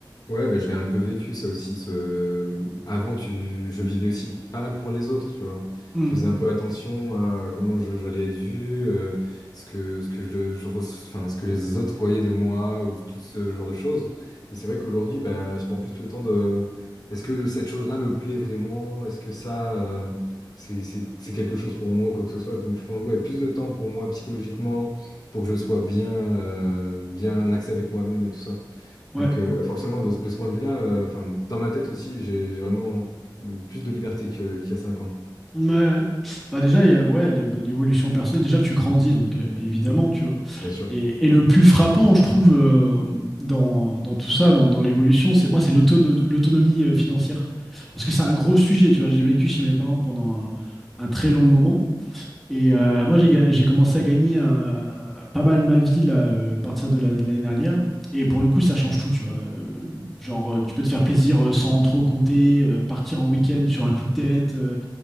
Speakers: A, on the left; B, in the centre.
A: Ouais, bah, je l'ai un peu vécu, ça aussi. Ce... Avant, tu... je vivais aussi pas mal pour les autres, tu vois.
B: Mm.
A: Je faisais un peu attention à comment je- j'allais être vu, euh, ce que, ce que je, je re- enfin, ce que les autres voyaient de moi, ou tout ce genre de choses. Et c'est vrai qu'aujourd'hui, bah, je prends plus le temps de... Est-ce que cette chose-là me plaît vraiment? Est-ce que ça, euh, c'est, c'est, c'est quelque chose pour moi ou quoi que ce soit? Donc, je prends ouais, plus de temps pour moi psychologiquement, pour que je sois bien, euh, bien axé avec moi-même et tout ça.
B: Ouais.
A: Donc, euh, ouais, forcément, de, de ce point de vue-là, euh, enfin, dans ma tête aussi, j'ai j'ai vraiment euh, plus de liberté que- qu'il y a cinq ans,
B: Ouais, ouais. Bah déjà, il y a, ouais, l'é- l'évolution personnelle, déjà tu grandis, donc euh, évidemment, tu vois.
A: bien sûr.
B: Et, et le plus frappant, je trouve, euh, dans, dans tout ça, dans, dans l'évolution, c'est moi, c'est l'autono- l'autonomie euh, financière. Parce que c'est un gros sujet, tu vois. J'ai vécu chez mes parents pendant un, un très long moment. Et euh, moi, j'ai ga- j'ai commencé à gagner euh, pas mal ma vie là, euh, à partir de la- de l'année dernière. Et pour le coup, ça change tout, tu vois. Euh, Genre, euh, tu peux te faire plaisir euh, sans trop compter, euh, partir en week-end sur un coup de tête, euh,